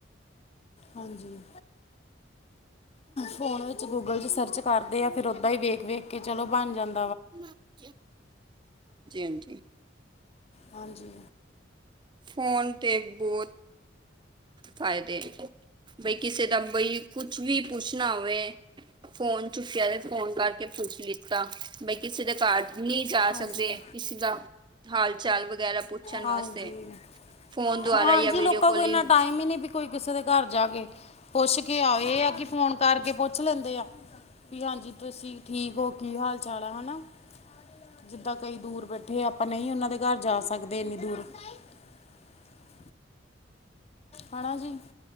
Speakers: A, on the left; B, on the right.
A: ਹਾਂਜੀ। ਫੋਨ ਵਿੱਚ ਗੂਗਲ 'ਚ ਸਰਚ ਕਰਦੇ ਆ, ਫਿਰ ਉੱਦਾਂ ਹੀ ਵੇਖ ਵੇਖ ਕੇ ਚਲੋ ਬਣ ਜਾਂਦੀ।
B: ਹਾਂਜੀ- ਹਾਂਜੀ।
A: ਹਾਂਜੀ।
B: ਫੋਨ 'ਤੇ ਬਹੁਤ ਫਾਇਦੇ ਬਈ ਕਿਸੇ ਦਾ ਬਈ ਕੁਝ ਵੀ ਪੁੱਛਣਾ ਹੋਵੇ। ਫੋਨ ਚੁੱਕਿਆ ਤੇ ਫੋਨ ਕਰਕੇ ਪੁੱਛ ਲਿੱਤਾ। ਬਈ ਕਿਸੇ ਦੇ ਨਹੀਂ ਜਾ
A: ਹਾਂਜੀ
B: ਸਕਦੇ ਕਿਸੇ ਦਾ ਹਾਲ-ਚਾਲ ਵਗੈਰਾ ਪੁੱਛਣ
A: ਹਾਂਜੀ
B: ਵਾਸਤੇ। ਫੋਨ ਦੁਆਰਾ
A: ਹਾਂਜੀ
B: ਜਾਂ ਵੀਡੀਓ
A: ਲੋਕਾਂ
B: ਕਾਲਿੰਗ।
A: ਕੋਲ ਇੰਨਾ ਟਾਈਮ ਹੀ ਨਹੀਂ ਕੋਈ ਕਿਸੇ ਦੇ ਘਰ ਜਾ ਕੇ ਪੁੱਛ ਕੇ ਆਏ, ਜਾਂ ਕੀ ਫੋਨ ਕਰਕੇ ਪੁੱਛ ਲੈਂਦੇ ਆ। ਬਈ ਹਾਂਜੀ। ਤੁਸੀਂ ਠੀਕ ਹੋ? ਕੀ ਹਾਲ-ਚਾਲ ਆ, ਹੈ ਨਾ। ਜਿੱਦਾਂ ਕਈ ਦੂਰ ਬੈਠੇ ਆ, ਆਪਾਂ ਨਹੀਂ ਉਹਨਾਂ ਦੇ ਘਰ ਜਾ ਸਕਦੇ ਐਨੀ ਦੂਰ। <unintelligible> <unintelligible> ਹੈਨਾ ਜੀ,